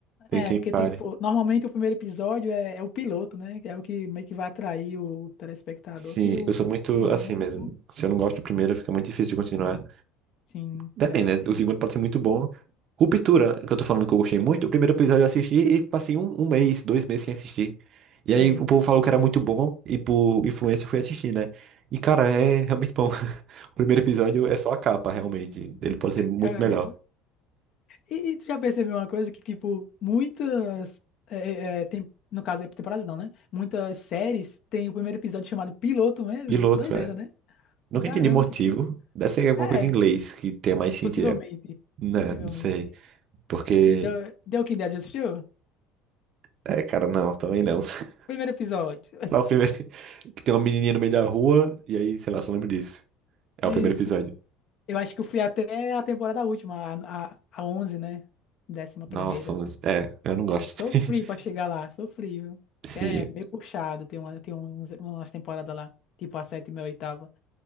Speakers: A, on the right; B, on the left.
A: tem
B: É,
A: quem
B: porque
A: pare.
B: tipo, normalmente o primeiro episódio é, é o piloto, né? que É o que meio que vai atrair o telespectador.
A: Sim,
B: Se o
A: eu sou muito
B: primeiro
A: assim
B: não for
A: mesmo.
B: bom.
A: Se eu não gosto do primeiro, fica muito difícil de continuar.
B: Sim,
A: Depende,
B: é, tem
A: né? O segundo
B: isso.
A: pode ser muito bom. Ruptura, que eu tô falando que eu gostei muito. O primeiro episódio eu assisti e passei um, um mês, dois meses sem assistir. E
B: Sei.
A: aí o povo falou que era muito bom e por influência eu fui assistir, né? E cara, é realmente bom. <laughs> O primeiro episódio é só a capa, realmente. Ele pode ser muito
B: cara.
A: melhor.
B: E, e tu já percebeu uma coisa que, tipo, muitas. é, é, é, tem, no caso, é temporadas não, né? Muitas séries tem o primeiro episódio chamado piloto mesmo.
A: Piloto,
B: Doideira,
A: é.
B: né?
A: Nunca
B: Caramba,
A: entendi motivo.
B: tipo.
A: Deve ser alguma
B: É,
A: coisa em inglês que tenha mais sentido.
B: possivelmente.
A: É, né?
B: Possivelmente.
A: Não sei. Porque.
B: E deu, deu que ideia, já assistiu?
A: É, cara, não, também não. <laughs>
B: Primeiro episódio.
A: Só o primeiro. <laughs> Que tem uma menininha no meio da rua e aí, sei lá, só lembro disso.
B: <laughs>
A: É
B: Isso.
A: o primeiro episódio.
B: Eu acho que eu fui até a temporada última, a, a, a 11, né? Décima primeira.
A: Nossa, mas- é, eu não gosto.
B: É, sofri
A: <laughs>
B: pra chegar lá, sofri, viu?
A: Sim,
B: Que é meio puxado, tem, uma, tem uns, umas temporadas lá, tipo a sétima e a oitava.